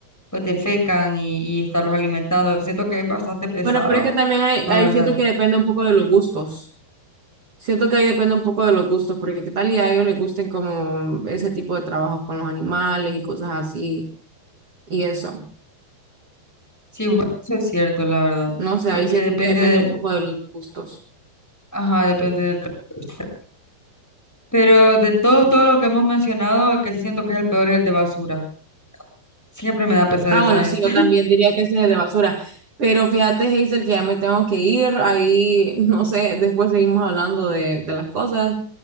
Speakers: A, in the centre; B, on the right.
A: pues defecan y, y estarlos alimentando. Siento que es bastante pesado,
B: Bueno, pero es que también hay,
A: la
B: hay,
A: verdad.
B: siento que depende un poco de los gustos. Siento que ahí depende un poco de los gustos, porque qué tal y a ellos les gusten como ese tipo de trabajos con los animales y cosas así, y eso.
A: Sí, bueno, eso es cierto, la verdad.
B: No sé,
A: Porque
B: ahí siento
A: depende,
B: que depende
A: de-
B: un poco de los gustos.
A: ajá, depende de lo que usted Pero de todos, todo lo que hemos mencionado, el que sí siento que es el peor es el de basura. Siempre me da pesar
B: Ah,
A: esa
B: bueno,
A: gente.
B: sí,
A: <laughs>
B: yo también diría que ese es el de basura. Pero fíjate, Hazel, que ya me tengo que ir. Ahí, <laughs> no sé, después seguimos hablando de, de las cosas.